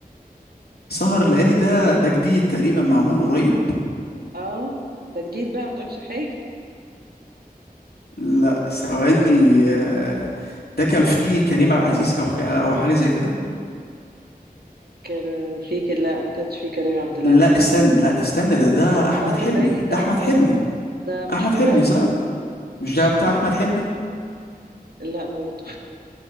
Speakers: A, on the left; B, on the right.
A: سهر الليالي ده ده جديد تقريبا معمول قريب
B: اه ده جديد بقى ما تقولش حاجة
A: لا ثواني آه، ده كان فيه كريم عبد العزيز او ك- او حاجه زي كده
B: كان في ك- لا ما كانش في كريم عبد العزيز
A: لا استنى لا استنى ده ده احمد
B: سهر
A: حلمي
B: الليالي ده
A: ده احمد
B: ما
A: حلمي
B: ده مشهور
A: احمد حلمي
B: قوي
A: صح مش ده بتاع احمد حلمي
B: لا برضه